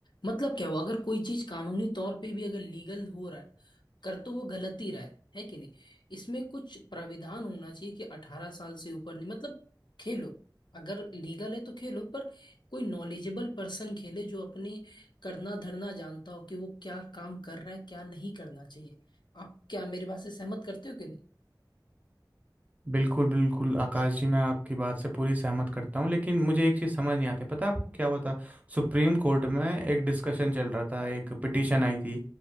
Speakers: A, on the left; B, on the right.
A: मतलब क्या हुआ अगर कोई चीज कानूनी तौर पे भी अगर लीगल हो रहा है कर तो वो गलत ही रहा है है कि नहीं इसमें कुछ प्राविधान होना चाहिए कि अठारह साल से ऊपर नहीं मतलब खेलो अगर लीगल है तो खेलो पर कोई नॉलेजेबल पर्सन खेले जो अपने करना धरना जानता हो कि वो क्या काम कर रहा है क्या नहीं करना चाहिए आप क्या मेरे बात से सहमत करते हो कि
B: बिल्कुल, बिल्कुल, आकाश जी, मैं आपकी बात से पूरी सहमत करता हूँ, लेकिन मुझे एक चीज़ समझ नहीं आती, पता है आपको क्या हुआ था? सुप्रीम कोर्ट में एक डिस्कशन चल रहा था, एक पिटीशन आई थी